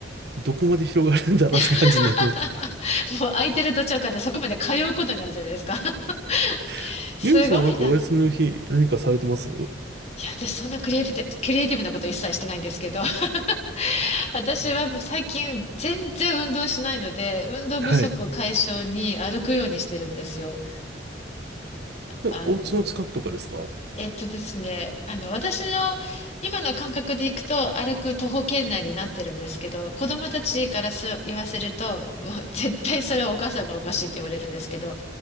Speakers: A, on the right; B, on the left.
A: どこまで広がるんだろうって感じになってます。
B: <laughs> もう空いてる図書館ってそこまで通うことになるじゃないですか。<laughs>
A: <laughs>
B: すごいな。
A: ユミさんはなんかお休みの日何かされてます
B: いや、私そんなクリエイティブ、クリエイティブなこと一切してないんですけど、<laughs> 私はもう最近全然運動しないので、運動不足解消に歩くようにしてるんですよ。
A: はい。でお家の近くとかですか
B: あの、えっとですね、あの、私の今の感覚でいくと歩く徒歩圏内になってるんですけど、子供たちからす言わせると、うわ絶対それはお母さんがおかしいって言われるんですけど、